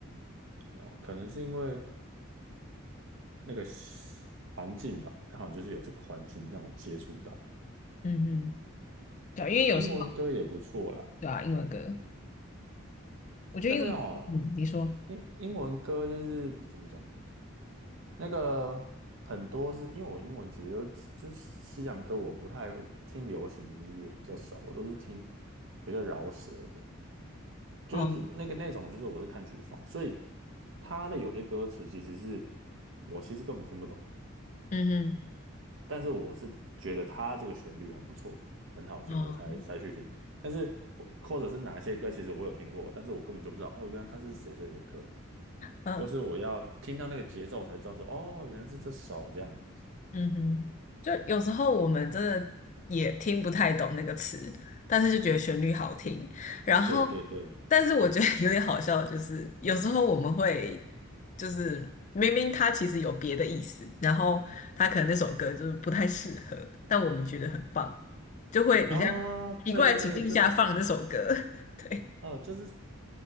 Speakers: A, on the right; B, on the left.
A: 哦。可能是因为那个环境吧，刚好就是有这个环境让我接触到
B: 嗯哼，对啊因为有时候
A: 英文歌也不错啦。
B: 对啊，英文歌，我觉得英文，
A: 但是哦，
B: 嗯，你说，
A: 英英文歌就是比怎么讲，那个很多是因为我英文其实都就是西洋歌，我不太会听流行音乐比较少，我都是听比较饶舌的，就是那个那种就是我是看曲风，
B: 哦，
A: 所以他的有些歌词其实是我其实根本听不懂，
B: 嗯
A: 但是我是觉得他这个旋律很不错，很好听，
B: 哼，哦，
A: 我才才去听。但是我或者是哪一些歌，其实我有听过，但是我根本就不知道哦，原来他是谁谁的歌。
B: 嗯。
A: 都是我要听到那个节奏我才知道说，哦，原来是这首这样。
B: 嗯哼，就有时候我们真的也听不太懂那个词，但是就觉得旋律好听。然后，
A: 对对对，
B: 但是我觉得 <laughs> 有点好笑就是，有时候我们会就是明明它其实有别的意思，然后它可能那首歌就是不太适合，但我们觉得很棒，就会你在
A: 啊，
B: 奇怪的情境下放那首歌。
A: 对对对，就
B: <laughs> 对
A: 哦，就是